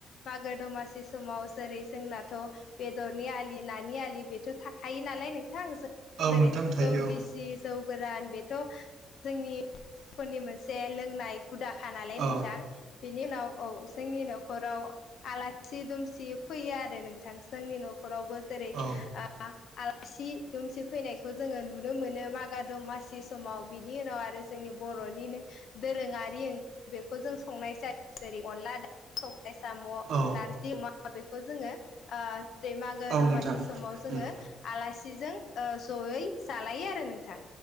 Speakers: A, on the left; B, on the right.
A: मागो दमासि समाव जेरै जोंनाथ' बेदरनि आलि नानि आलि बेथ' थाखायो नालाय नोंथां
B: औ
A: जेरै
B: नोंथां थायो
A: जौगिसि जौ गोरान बेथ' जोंनि फोरनि मोनसे लोंनाय हुदाखा नालाय
B: औ
A: नोंसां बेनि उनाव औ जोंनि न'खराव आलाथि दुमसि फैयो आरो नोंथां जोंनि न'खरावबो जेरै
B: औ
A: आ आलासि दुमसि फैनायखौ जोङो नुनो मोनो मागा दमासि समाव बिनि उनाव आरो जोंनि बर'निनो दोरोङारि ओं बेखौ जों संनाय जायो जेरै अनला दाउ सबाय साम'
B: औ
A: नारजि अमा बेखौ जोङो ओ दै मागो
B: औ
A: दमासि
B: नोंथां
A: समाव जोङो
B: उम
A: आलासिजों ओ जयै जालायो आरो नोंथां